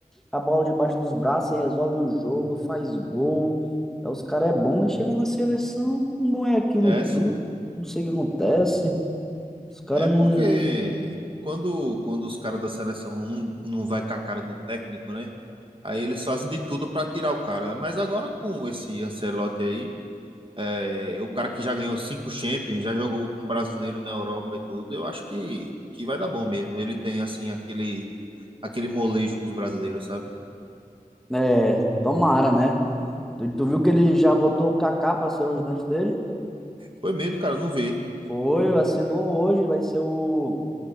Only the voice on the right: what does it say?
É, sim.
É porque
quando, quando os caras da seleção não, não vai com a cara do técnico, né? Aí eles fazem de tudo pra tirar o cara. Mas agora com esse Ancelotti aí, é, o cara que já ganhou cinco Champions, já jogou com um brasileiro na Europa e tudo, eu acho que, que vai dar bom mesmo. Ele tem, assim, aquele, aquele molejo com os brasileiros, sabe?
Foi mesmo, cara, eu não vi.